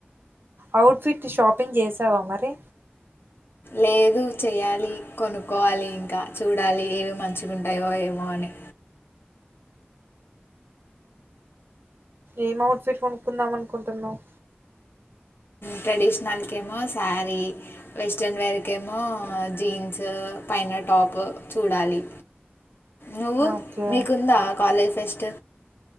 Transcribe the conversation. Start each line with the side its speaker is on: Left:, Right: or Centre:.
Right: అవుట్ ఫిట్ షాపింగ్ చేసావా మరి?
Left: లేదు చెయాలి కొనుక్కోవాలి ఇంకా చూడాలి ఏవి మంచిగాంటాయో ఏమో అని.
Right: ఏం ఔట్ ఫిట్ కొనుక్కుందాం అనుకుంటున్నావు.
Left: ట్రెడిషనల్కేమో శారీ వెస్ట్రన్ వేర్కేమో జీన్స్ పైన టాప్ చూడాలి నువ్వు
Right: ఓకే
Left: మీకుందా కాలేజ్ ఫెస్ట్